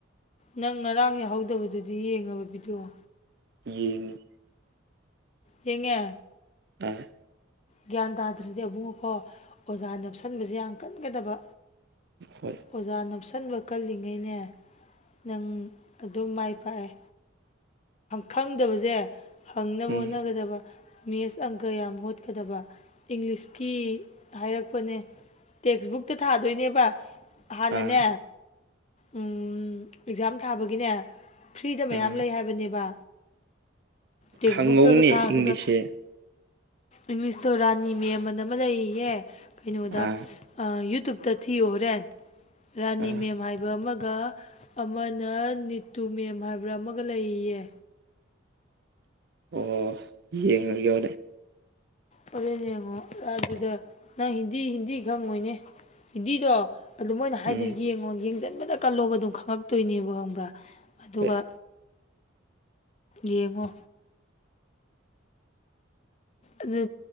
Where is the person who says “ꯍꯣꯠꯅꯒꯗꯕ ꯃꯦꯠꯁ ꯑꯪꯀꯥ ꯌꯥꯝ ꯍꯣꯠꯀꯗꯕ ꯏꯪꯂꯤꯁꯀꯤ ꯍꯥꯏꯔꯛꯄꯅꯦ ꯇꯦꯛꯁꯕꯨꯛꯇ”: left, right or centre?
Left